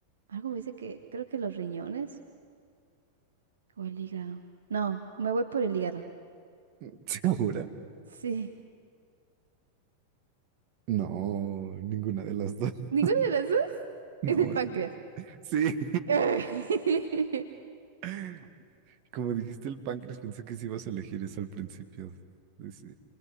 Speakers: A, on the right; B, on the right.
A: Algo me dice que creo que los riñones o el hígado. No, me voy por el hígado.
B: <laughs> ¿Segura?
A: Sí.
B: No, ninguna de las dos. <laughs>
A: ¿Ninguna de las dos?
B: No,
A: Es el páncreas.
B: es el... Sí.
A: <laughs>
B: <laughs> Como dijiste el páncreas, pensé que sí ibas a elegir eso al principio. Sí, sí.